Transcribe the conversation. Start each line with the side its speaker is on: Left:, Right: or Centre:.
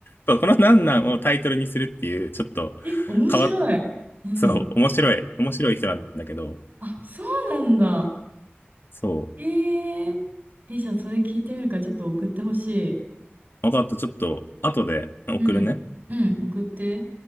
Left: そうこのなんなんをタイトルにするっていう、ちょっと
Right: え、面白い。
Left: 変わっ、
Right: うん。
Left: そう、面白い、面白い人なんだけど、
Right: あ、そうなんだ。
Left: そ
Right: えええ、じゃあそれ聞いてみるからちょっと送ってほしい。
Left: う。わかった、ちょっと、後で送るね。
Right: うん。うん、送って。